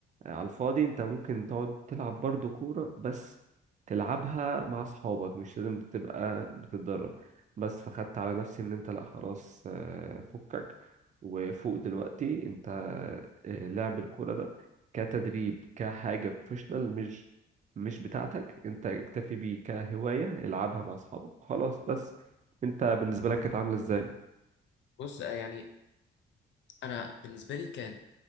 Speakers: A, on the right; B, on the left.
A: على الفاضي انت ممكن تقعد تلعب برضه كورة بس تلعبها مع اصحابك مش لازم تبقى بتتدرب بس فخدت على نفسي ان انت لا خلاص آه، فكك وفوق دلوقتي انت آه، لعب الكورة ده كتدريب كحاجة بروفيشنال مش مش بتاعتك انت اكتفي بيه كهواية العبها مع اصحابك خلاص بس انت بالنسبة لك كانت عاملة ازاي؟
B: بص آه، يعني انا بالنسبة لي كان